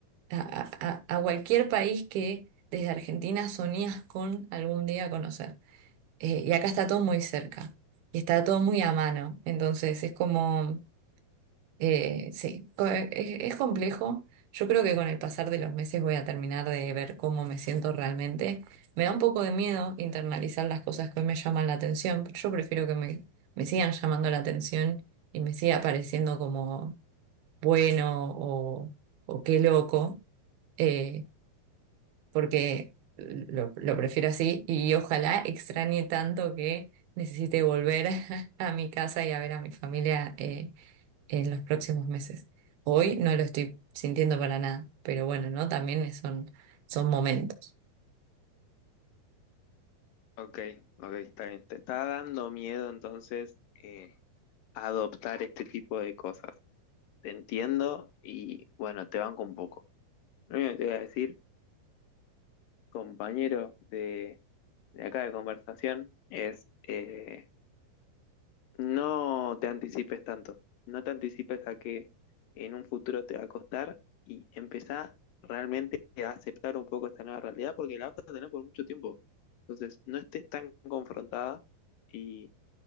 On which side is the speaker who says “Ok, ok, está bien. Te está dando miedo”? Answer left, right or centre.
Left